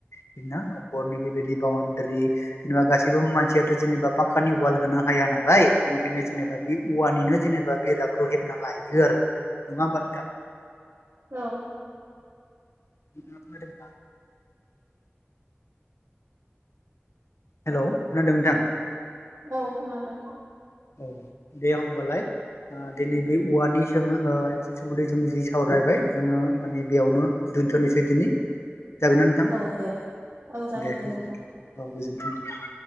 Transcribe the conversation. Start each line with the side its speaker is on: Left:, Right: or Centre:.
Left: बिदिनो न'खरनि बेबायदि बावन डारि बिदिनो गासैबो मानसियाथ' जेनेबा पाक्कानि वाल होनो हाया नालाय। बेनिखायनो जेनेबा बे औवानिनो जेनेबा बेरादखौ हेबना लायो आरो। नङा होमबा नोंथां
Right: औ
Left: <unintelligible> हेल' खोनादों नोंथां?
Right: औ खोनादों।
Left: औ दे होमबालाय। ओ दिनै बे औवानि सोम सोमोन्दै जों जि सावरायबाय जोङो माने बेयावनो दोन्थ'नोसै दिनै। जागोन ना नोंथां?
Right: औ दे औ जागोन
Left: दे दोन
Right: नोंथां
Left: अ गोजोनथों दे।